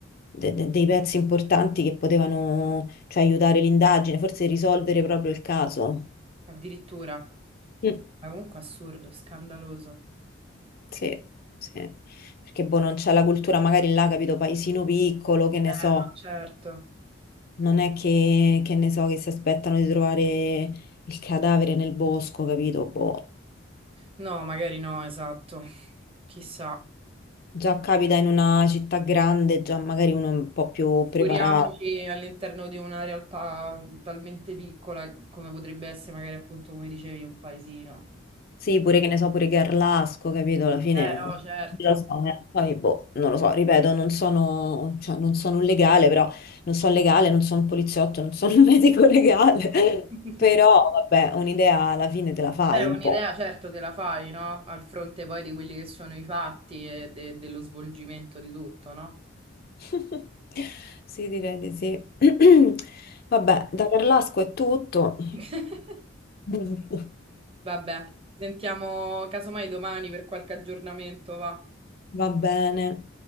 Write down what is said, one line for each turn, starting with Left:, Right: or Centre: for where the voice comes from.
Left: de- de- dei pezzi importanti che potevano, cioè, aiutare l'indagine, forse risolvere proprio il caso.
Right: Addirittura.
Left: Mm,
Right: Ma comunque assurdo, scandaloso.
Left: sì, sì. Perché boh, non c'è la cultura, magari là, capito, paesino piccolo, che ne
Right: Eh,
Left: so.
Right: no, certo.
Left: Non è che, che ne so, che si aspettano di trovare il cadavere nel bosco, capito? Boh.
Right: No, magari no, esatto. Chissà.
Left: Già capita in una città grande, già magari uno è un po' più
Right: Figuriamoci
Left: preparato.
Right: all'interno di una realtà talmente piccola come potrebbe essere magari appunto, come dicevi, un paesino.
Left: Sì, pure che ne so, pure Garlasco, capito? Alla fine
Right: Eh, no, certo.
Left: lo so, eh. Poi boh, non lo so, ripeto, non sono, cioè, non sono un legale, però non sono legale, non sono un poliziotto, non sono un <laughs> medico legale.
Right: <laughs>
Left: Però vabbè, un'idea alla fine te la fai
Right: Beh, un'idea
Left: un po'.
Right: certo te la fai, no? Al fronte poi di quelli che sono i fatti e de- dello svolgimento di tutto, no?
Left: <laughs> Sì, direi di sì. <clears throat> Vabbè, da Garlasco è tutto.
Right: <laughs>
Left: <laughs>
Right: Vabbè, ci sentiamo casomai domani per qualche aggiornamento, va.
Left: Va bene.